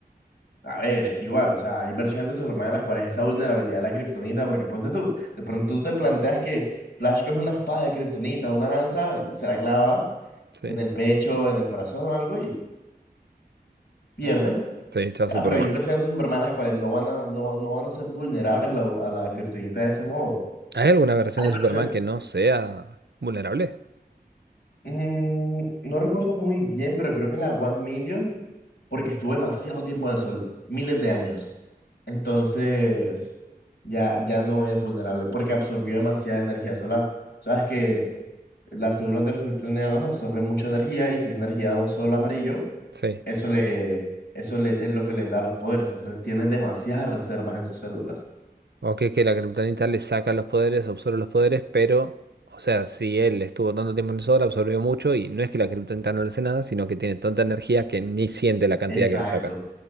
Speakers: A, on the left; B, on the right.
A: A ver, es que igual, o sea, hay versiones de Superman en las cuales esa vulnerabilidad de la kriptonita, porque ponte tú, de pronto tú te planteas que Flash coge una espada de kriptonita, una lanza, y se la clava
B: Sí,
A: en el pecho, en el corazón o algo y pierde.
B: sí, está
A: Ya,
B: Superman.
A: pero hay versiones de Superman en las cuales no van a, no, no van a ser vulnerables a la, a la kriptonita de ese modo.
B: ¿Hay alguna versión
A: Hay
B: de
A: versiones,
B: Superman que no sea vulnerable?
A: mm, no recuerdo muy bien, pero creo que la One Million, porque estuvo demasiado tiempo en el sol, miles de años. Entonces, ya, ya no es vulnerable porque absorbió demasiada energía solar. Sabes que las células de los kryptonianos absorben mucha energía y si es energía de un sol amarillo,
B: Sí.
A: eso le, eso le, es lo que le da los poderes. Entonces, tiene demasiadas reservas en sus células.
B: Ok, que la Kryptonita le saca los poderes, absorbe los poderes, pero. O sea, si él estuvo tanto tiempo en el sol, absorbió mucho y no es que la Kryptonita no le hace nada, sino que tiene tanta energía que ni siente la cantidad
A: Exacto.
B: que le saca.